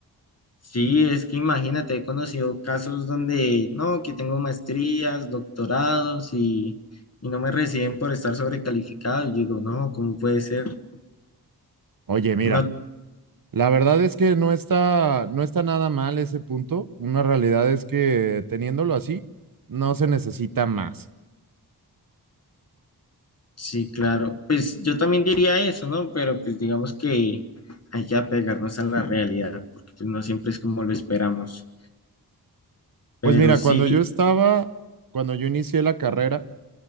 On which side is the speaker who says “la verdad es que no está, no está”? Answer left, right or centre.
Right